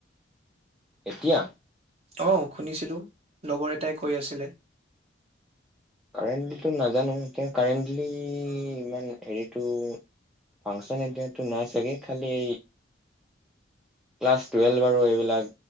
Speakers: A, in the centre; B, on the right (about 30°).
A: এতিয়া
B: আহ শুনিছিলো লগৰ এটাই। কৰি আছিলে।
A: কাৰেণ্টলিটো নাজানো এতিয়া কাৰেণ্টলি ইমান হেৰিটো ফাংচন আইডিয়াটো নাই চাগে খালি ক্লাছ টুৱেল্ভ আৰু এইবিলাক